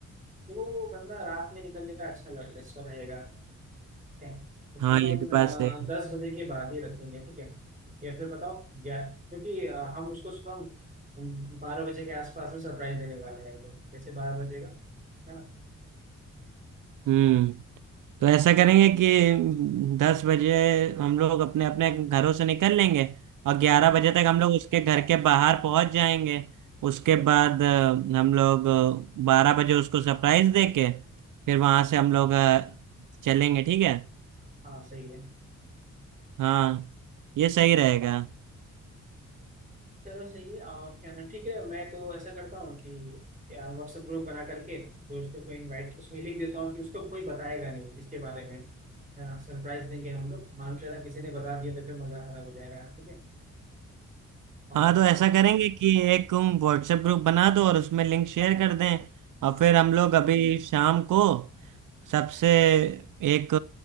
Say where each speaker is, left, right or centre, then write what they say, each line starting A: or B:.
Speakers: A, on the right; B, on the right.
A: देखो वो बंदा रात में निकलने का अच्छा लग- अच्छा रहेगा है तकरीबन
B: हाँ ये भी
A: अ,
B: बात सही
A: दस
B: है
A: बजे के बाद ही रखेंगे ठीक है या फिर बताओ ग्यारह क्योंकि अ, हम उसको सुबह बारह बजे के आसपास में सरप्राइज देने वाले हैं एकदम जैसे बारह बजे का है ना
B: हम्म तो ऐसा करेंगे कि दस बजे हम लोग अपने अपने घरों से निकल लेंगे और ग्यारह
A: हाँ
B: बजे तक हम लोग उसके घर के बाहर पहुंच जाएंगे उसके बाद अ, हम लोग बारह बजे उसको सरप्राइज देके फिर वहां से हम लोग अ, चलेंगे ठीक है
A: हाँ सही है
B: हाँ ये सही रहेगा
A: चलो सही है और क्या ना ठीक है मैं तो ऐसा करता हूँ कि व्हाट्सएप ग्रुप बना करके दोस्तों को इनवाइट उसमें लिख देता हूँ कि उसको कोई बताएगा नहीं इसके बारे में है ना सरप्राइज देंगे हम लोग मालूम चला किसी ने बता दिया तो फिर मजा खराब हो जाएगा ठीक है और
B: हाँ तो ऐसा
A: अ,
B: करेंगे कि एक तुम व्हाट्सएप ग्रुप बना दो और उसमें लिंक शेयर कर दें
A: हाँ
B: और फिर हम लोग अभी शाम को सबसे एक